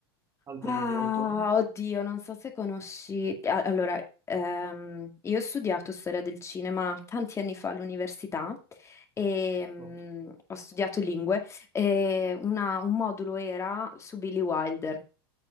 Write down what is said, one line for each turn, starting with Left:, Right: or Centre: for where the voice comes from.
Right: altri
Left: Ah,
Right: autori?
Left: oddio, non so se conosci. a- Allora, ehm, io ho studiato storia del cinema tanti anni fa all'università e mm,
Right: No,
Left: ho studiato lingue e una- un modulo era su Billy Wilder.